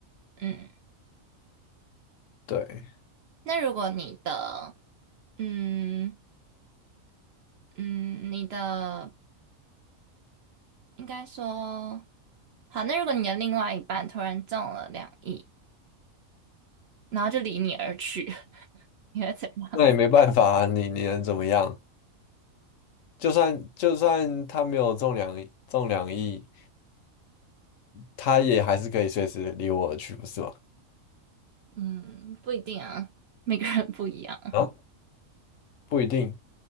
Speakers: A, on the right; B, on the left.
A: 嗯，
B: 对，
A: 那如果你的，嗯嗯，你的应该说好，那如果你的另外一半突然中了两亿，然后就离你而去，<laughs> 你会怎样
B: 那也没办法啊，你你能怎么样？就算就算他没有中两中两亿，他也还是可以随时离我而去，不是吗？
A: 嗯，不一定啊，每个人不一样，
B: 啊，不一定。